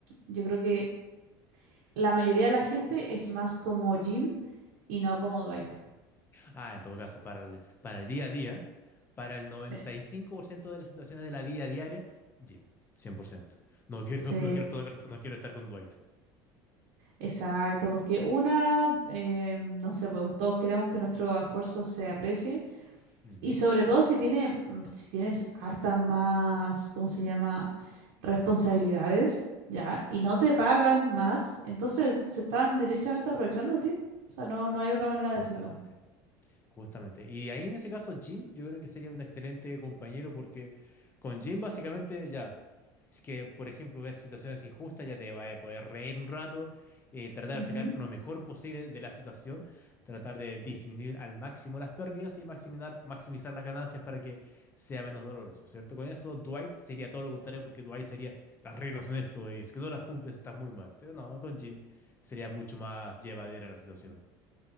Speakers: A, on the right (about 80°); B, on the left (about 20°).
A: yo creo que la mayoría de la gente es más como Jim y no como Dwight.
B: Ah, en todo caso, para el, para el día a día, para el noventa
A: Sí.
B: y cinco por ciento de las situaciones de la vida diaria, Jim, 100%. No quiero,
A: Sí,
B: <laughs> no quiero, estar, no quiero estar con Dwight.
A: exacto, porque una, em, no sé, pues todos queremos que nuestro esfuerzo se aprecie.
B: Ujú,
A: Y sobre todo si tiene, mm, si tienes hartas más, ¿cómo se llama? responsabilidades, ¿ya? Y no te pagan más, entonces se están derechamente aprovechando de ti. O sea, no, no hay otra manera
B: justamente.
A: de decirlo.
B: Justamente. Y ahí en ese caso, Jim, yo creo que sería un excelente compañero porque con Jim básicamente ya, si es que por ejemplo ves situaciones injustas, ya te vaya a poder reír un rato, eh, tratar
A: Ujú.
B: de sacar lo mejor posible de la situación, tratar de disminuir al máximo las pérdidas y maximizar, maximizar las ganancias para que sea menos doloroso, ¿cierto? Con eso, Dwight sería todo lo contrario porque Dwight sería, las reglas son esto y es que no las cumples, estás muy mal. Pero no, con Jim sería mucho más llevadera la situación,